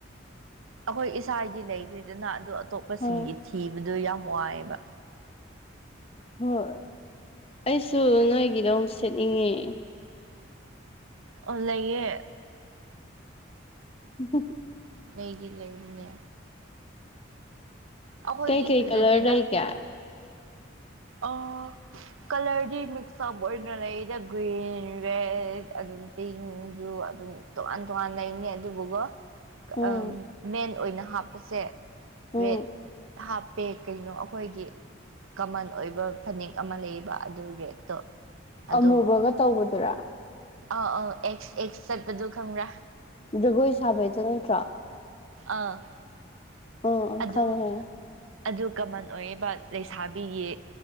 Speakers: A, on the right; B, on the left.
A: ꯑꯈꯣꯏ ꯏꯁꯥꯒꯤ ꯂꯩꯈ꯭ꯔꯦꯗꯅ ꯑꯗꯨ ꯑꯇꯣꯞꯄꯁꯤꯡꯒꯤ
B: ꯍꯣꯏ
A: ꯊꯤꯕꯗꯣ ꯌꯥꯝ ꯋꯥꯏꯕ
B: ꯍꯣꯏ ꯑꯩꯁꯨ ꯅꯣꯏꯒꯤꯗꯣ ꯑꯝ ꯁꯦꯠꯅꯤꯡꯉꯦ
A: ꯑꯣ ꯂꯩꯌꯦ
B: <unintelligible>
A: ꯂꯩꯗꯤ ꯂꯩꯕꯅꯦ ꯑꯩꯈꯣꯏꯗꯤ
B: ꯀꯩ ꯀꯩ
A: ꯐꯖꯗꯦꯗ
B: ꯀꯂꯔ ꯂꯩꯒꯦ
A: ꯑ ꯀꯂ꯭ꯔꯗꯤ ꯃꯤꯛꯁꯞ ꯑꯣꯏꯅ ꯂꯩꯗ ꯒ꯭ꯔꯦ ꯔꯦꯗ ꯑꯗꯨꯝ ꯄꯤꯡ ꯕ꯭ꯂꯨ ꯑꯗꯨꯝ ꯇꯣꯉꯥꯟ ꯇꯣꯉꯥꯟ ꯂꯩꯝꯅꯤ ꯑꯗꯨꯕꯨꯒꯣ
B: ꯎꯝ
A: ꯑꯥ ꯃꯦꯟ ꯑꯣꯏꯅ ꯍꯥꯞꯄꯁꯦ
B: ꯎꯝ
A: ꯔꯦꯠ ꯍꯥꯞ ꯇꯦ ꯀꯩꯅꯣ ꯑꯈꯣꯏꯒꯤ ꯀꯃꯟ ꯑꯣꯏꯕ ꯐꯅꯦꯛ ꯑꯃ ꯂꯩꯕ ꯑꯗꯨ ꯔꯦꯠꯇꯣ ꯑꯗꯣ
B: ꯑꯃꯨꯕꯒ ꯇꯧꯕꯗꯨꯔꯥ
A: ꯑꯥ ꯑꯥ ꯑꯦꯛꯁ ꯑꯦꯛꯁ ꯆꯠꯄꯗꯨ ꯈꯪꯕ꯭ꯔꯥ
B: ꯖꯒꯣꯏ ꯁꯥꯕꯩꯗꯣ ꯅꯠꯇ꯭ꯔꯣ
A: ꯑꯥ
B: ꯑ
A: ꯑꯗꯨ
B: ꯈꯪꯉꯦ ꯈꯪꯉꯦ
A: ꯑꯗꯨ ꯀꯃꯟ ꯑꯣꯏꯌꯦꯕ ꯂꯩꯁꯥꯕꯤꯒꯤ